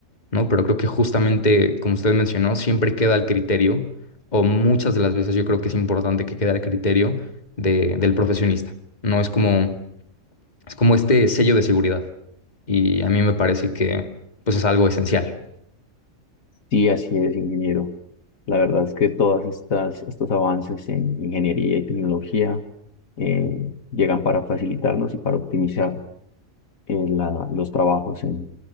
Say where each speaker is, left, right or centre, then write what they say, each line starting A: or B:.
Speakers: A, on the left; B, on the left.
A: ¿no? Pero creo que justamente, como usted mencionó, siempre queda el criterio, o muchas de las veces yo creo que es importante que quede al criterio de- del profesionista. No es como es como este sello de seguridad. Y a mí me parece que pues es algo esencial.
B: sí, así es, ingeniero. La verdad es que todas estas, estos avances en ingeniería y tecnología eh, llegan para facilitarnos y para optimizar eh, la- los trabajos en,